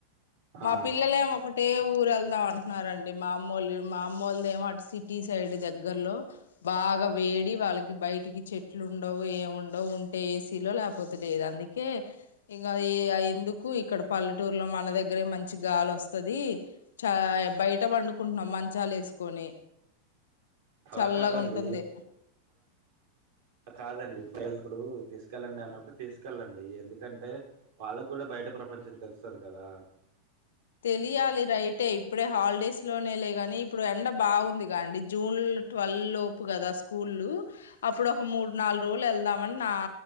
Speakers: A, on the right; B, on the left.
A: ఆ
B: మా పిల్లలే ఒకటే ఊర ా అంటున్నారండి మా అమ్మోలు మా అమ్మోలు దేమ సిటీ సైడ్ దగ్గ దగ్గరలో బాగా వేడి వాళ్ళకి బయటికి చెట్లు ఉండవు ఏముండవు ఉంటే ఏసీలో లేకపోతే లేదు అందుకే ఇంకా ఎందుకు ఇక్కడ పల్లెటూరులో మన దగ్గరే మంచి గాలి వస్తుది చ బయట పండుకుంటున్నాం మంచాలు వేసుకొని
A: అలా
B: చల్లగా
A: కాదండి
B: ఉంటుంది
A: కాదండి ఇప్పుడుప్పుడు తీసుకెళ్ళండి అన్నప్పుడు తీసుకెళ్ళండి ఎందుకంటే వాళ్ళకు కూడా బయట ప్రపంచం తెలుస్తుంది కదా
B: తెలియాలి రైటే ఇప్పుడే హాలిడేస్ లోనే లే ని ఇప్పుడు ఎండ బాగుంది అండి జూన్ ట్వెల్్ లోపు కదా స్కూల్లు అప్పుడు ఒక మూడు నాలుగు రోజులు వెళ్దామని నా